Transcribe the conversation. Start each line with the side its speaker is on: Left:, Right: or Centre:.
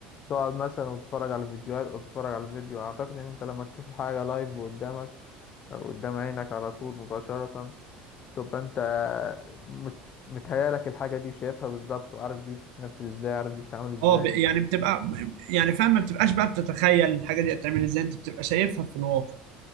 Left: تقعد مثلا وتتفرج على الفيديوهات او تتفرج على الفيديو اعتقد ان انت لما تشوف الحاجة لايف قدامك او قدام عينك على طول مباشرة تبقى انت مت- متهيألك الحاجة دي شايفها بالظبط وعارف دي بتتنفذ ازاي عارف دي بتتعمل ازاي
Right: اه ب- يعني بتبقى يعني فاهم ما بتبقاش بقى بتتخيل الحاجه دي هتعمل ازاي انت بتبقى شايفها في الواقع